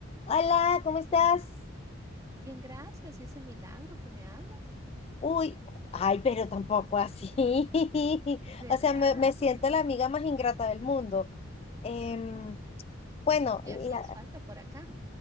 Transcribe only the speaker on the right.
Bien, gracias, y ese milagro que me hablas,
¿verdad?
Ya hacías
falta por acá.